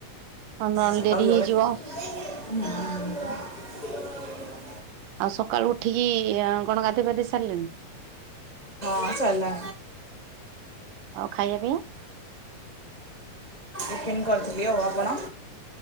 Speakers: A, on the right; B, on the left.
A: ଆଉ ନହେଲେ
B: <unintelligible>
A: ଡେରି ହେଇଯିବ ଆଉ ସକାଳୁ ଉଠିକି କଣ ଗାଧେଇ ପାଧେଇ ସାରିଲେଣି
B: ଚାଲା
A: ଆଉ ଖାଇବା ପାଇଁ
B: ଓପେନ୍ କରିଥିଲି। ଆଉ ଆପଣ?